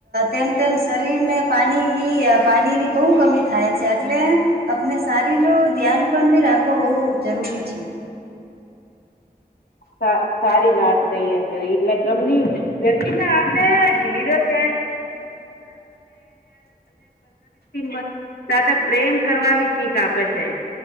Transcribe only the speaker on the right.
તેમ તેમ શરીરને પાણી પાણીની બહુ કમી થાય છે એટલે આપને સારીર ધ્યાન પણ બી રાખવ બહુ જરૂરી. હોય છે.